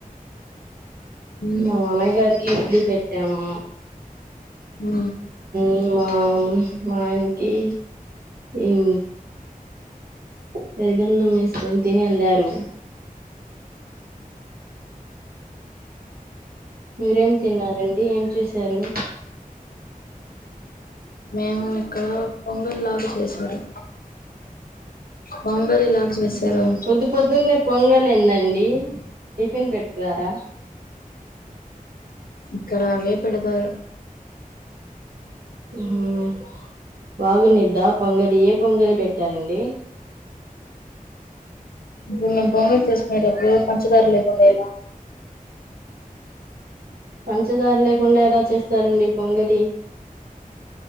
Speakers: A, on the left (about 80°); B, on the right (about 85°).
A: ఉమ్
B: మా మామయ్య గారి కి ఇడ్లీ పెట్టాము
A: ఊ
B: ఉం మామ్ మా ఆయనికి ఇం పెరుగన్నం ఏస్కోని తినెళ్ళారు మీరేం తిన్నారండి ఏం చేశారు
A: మేము ఇక్కడ పొంగల్ లాగ చేశారు పొంగలి లాగా చేశారు
B: హూ పొద్దుపొద్దున్నే పొంగల్ ఏందండి టిఫిన్ పెట్టారా
A: ఇక్కడ అవే పెడతార్
B: హు హ్మ్ బాగుండిద్దా పొంగలియే పొంగలి పెట్టారండి
A: ఇప్పుడు మేము బొంగలు చేసుకునేటడప్పుడు పంచదార లేకుండే ఎలా
B: పంచదార లేకుండా ఎలా చేస్తారండి పొంగలి